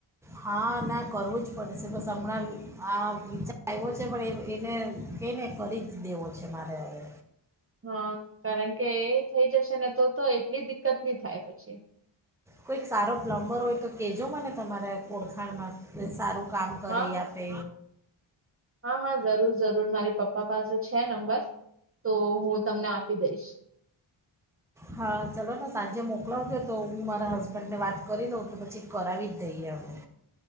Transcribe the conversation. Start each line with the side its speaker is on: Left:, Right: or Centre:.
Centre: હા ના કરવું જ પડે છે બસ હમણાં આ વિચાર આવ્યો છે પણ એને કે ને કરી જ દેવો છે મારે હવે.
Right: હા કારણ કે એ થઈ જશે ને તો એટલી કત નહી થાય પછી.
Centre: કોઈક સારો પ્લમ્બર હોય તો કેજો મને તમારે ઓળખાણમાં કોઈ સારો કામ કરી
Right: હા હા
Centre: આપે
Right: હા, હા, જરૂર જરૂર મારી પપ્પા પાસે છે, નંબર તો હું તમને આપી દઈશ
Centre: હા, ચલો ને સાંજે મોકલાવજો તો હું મારા હસબન્ડ ને વાત કરી દઉં તો પછી કરાવી જ દઈએ અમે